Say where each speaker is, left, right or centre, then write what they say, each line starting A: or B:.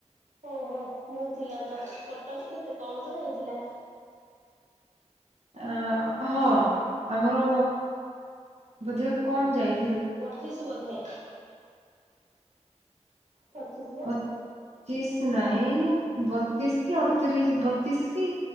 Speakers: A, on the right; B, on the right.
A: ଓହୋ ଭଲ ଥିଲା ତ କଟ୍ ଅଫ୍ କେତେ କମ ତ ହେଇଥିଲା।
B: ଅଁ ହଁ ଆମର ବଧେ କମ ଯାଇ
A: ପଚିଶ ବୋଧେ। ପଚିଶ ନା
B: ପଚିସ୍ ନାହି। ଏ ଇ ବତିଶ କି ଅଠତିରିଶ ବତିଶ କି